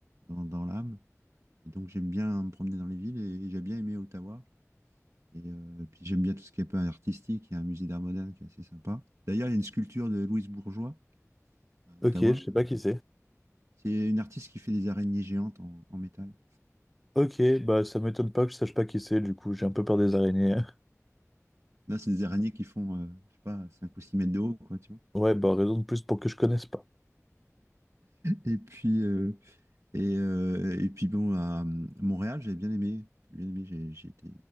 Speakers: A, on the right (about 60°); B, in the centre.
A: dans, dans l'âme. Et donc, j'aime bien me promener dans les villes et, j'ai bien aimé Ottawa. Et euh, puis, j'aime bien tout ce qui est un peu artistique. Il y a un musée d'art moderne qui est assez sympa. D'ailleurs, il y a une sculpture de Louise Bourgeois à Ottawa.
B: ok, je sais pas qui c'est.
A: C'est une artiste qui fait des araignées géantes en, en métal.
B: Ok, bah ça m'étonne pas que je sache pas qui c'est, du coup, j'ai un peu peur des araignées. <laughs>
A: Là, c'est des araignées qui font, euh, je sais pas, 5 ou 6 mètres de haut, quoi, tu vois.
B: Ouais, bah raison de plus pour que je connaisse pas.
A: Et puis, euh, et, euh, et puis bon, à, à Montréal, j'ai bien aimé. J'ai bien aimé, j'ai, j'ai été,